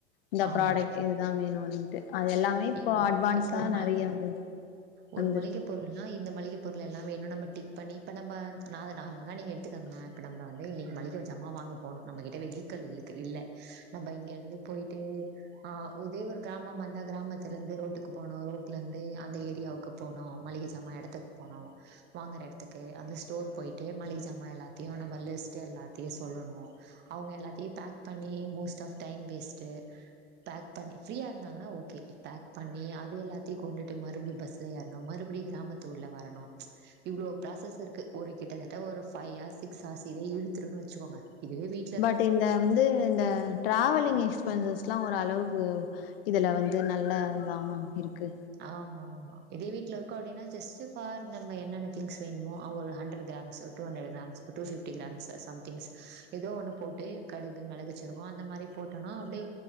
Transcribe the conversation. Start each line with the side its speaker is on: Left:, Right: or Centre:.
Left: இந்த
Right: ஆமா
Left: ப்ராடக்ட் இதுதா வேணு அப்டின்ட்டு அது எல்லாமே இப்போ
Right: இது
Left: அட்வான்ஸா
Right: இப்போ ஒரு ம
Left: நறைய வந்து
Right: ஒரு
Left: வந்திருக்கு
Right: மளிக பொருள்னா இந்த மளிக பொருள் எல்லா வேணு நாம டிக் பண்ணி இப்ப நம்ம நா அத நார்மலா நீங்க எத்துக்கங்களே இப்ப நம்ப வந்து இன்னிக்கு மள்ளிக ஜாமா வாங்க போணு நம்மகிட்ட வெஹிக்கல் இல்லக்கு இல்ல நம்ப இங்க இருந்து போயிட்டு ஆ ஒ இதே ஒரு கிராமமா இருந்த கிராமத்துல இருந்து ரோட்டுக்கு போனு ரோட்ல இருந்து அந்த ஏ ரியாவுக்கு போனோ மளிக சாம எடத்துக்கு போனோ வாங்குற எடத்துக்கு அந்த ஸ்டோர் போயிட்டு மளிக சாமா எல்லாத்தையு நம்ம லிஸ்ட் எல்லாத்தையு சொல்லணு அவங்க எல்லாத்தையு பேக் பண்ணி most of time waste pack பண்ணி ஃப்ரீயா இருந்தாங்கன்னா ஓகே பேக் பண்ணி அது எல்லாத்தையு கொண்டுட்டு மறுபடியு பஸ் ஸு ஏற்னு மறுபடி கிராமத்து உள்ள வரணு இவ்ளோ ப்ராசஸ் இருக்கு ஒரு கிட்டத்தட்ட ஒரு ஃபை ஹார்ஸ் சிக்ஸ் ஹார்ஸ் இதே இழுத்துருன் வச்சுக்கோங்க இதுவே வீ
Left: பட் இந்த வந்து இந்த டிராவலிங் எக்ஸ்பென்சஸ்ல்லா ஒரு அளவுக்கு இதுல வந்து நல்ல தாம இருக்கு
Right: ஆமா ஆமா இதே வீட்ல இருக்கு அப்டினா ஜஸ்ட் ஃபார் நம்ம என்ன திங்ஸ் வேணுமோ ஆ ஒரு hundred grams two hundred grams two fifty grams somethings எதோ ஒன்னு போட்டு கடுகு மெளகு சிருக்கு அந்த மாரி போட்டோனா அப்டியே